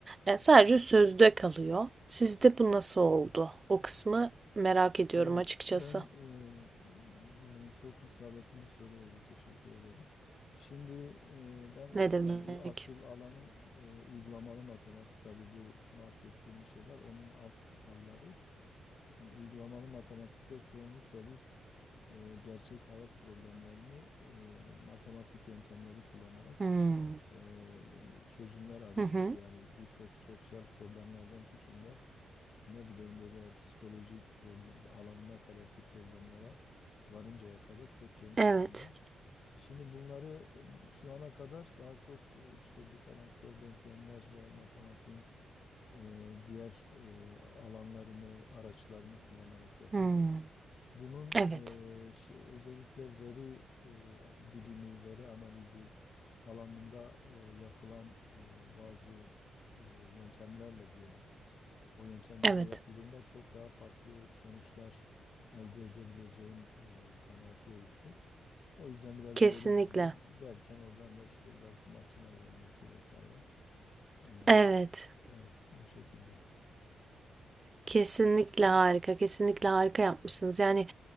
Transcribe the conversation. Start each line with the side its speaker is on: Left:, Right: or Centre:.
Right: E, sadece sözde kalıyor. Sizde bu nasıl oldu? O kısmı merak ediyorum
Left: Evet,
Right: açıkçası.
Left: ben e, yani çok isabetli bir soru oldu. Teşekkür ederim. Şimdi e, ben u-
Right: Ne demek?
Left: yani u- asıl alanım e, uygulamalı matematik. Tabii bu bahsettiğim şeyler onun alt dalları. Şimdi uygulamalı matematikte çoğunlukla biz e, gerçek hayat problemlerini e, matematik yöntemleri kullanarak
Right: Hmm.
Left: e, çözümler arıyoruz.
Right: Hı hı.
Left: Yani bu çok sosyal problemlerden tutun da ne bileyim böyle psikoloji problem, alanına kadarki problemlere varıncaya kadar çok geniş
Right: Evet.
Left: alanda. Şimdi bunları e, şu ana kadar daha çok e, işte diferansiyel denklemler ve matematiğin e, diğer e, alanlarını, araçlarını kullanarak yapıyorduk.
Right: Hmm.
Left: Bunun
Right: Evet.
Left: e, şey, özellikle veri e, bilimi, veri analizi alanında e, yapılan e, bazı e, yöntemlerle diyelim o yöntemlerle
Right: Evet.
Left: yapıldığında çok daha farklı sonuçlar elde edebileceğim e, kanaati oluştu. O yüzden biraz
Right: Kesinlikle.
Left: veri bilimi derken oradan da işte biraz makine öğrenmesi vesaire. E,
Right: Evet.
Left: evet, bu şekilde.
Right: Kesinlikle harika. Kesinlikle harika yapmışsınız. Yani